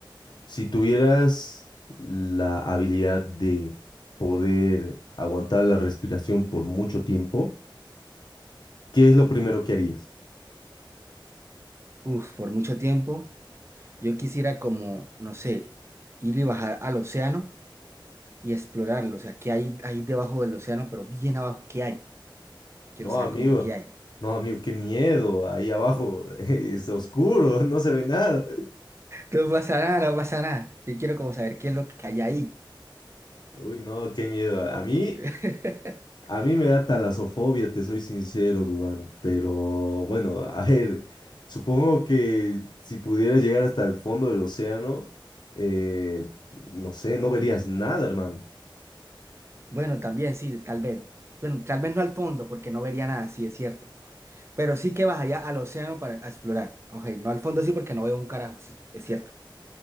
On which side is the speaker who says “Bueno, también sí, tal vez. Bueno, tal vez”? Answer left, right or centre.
Right